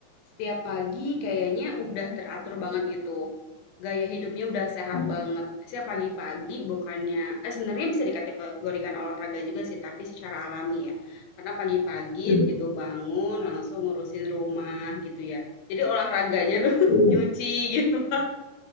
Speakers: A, on the left; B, on the left.
A: Setiap pagi kayaknya udah teratur banget gitu. Gaya hidupnya udah sehat
B: <laughs>
A: banget.
B: Hmm,
A: Setiap pagi-pagi bukannya, eh sebenarnya bisa dikategorikan olahraga juga sih, tapi secara alami ya. Karena pagi-pagi
B: iya,
A: begitu bangun langsung ngurusin rumah gitu ya. Jadi olahraganya tuh <laughs>
B: iya.
A: nyuci gitu.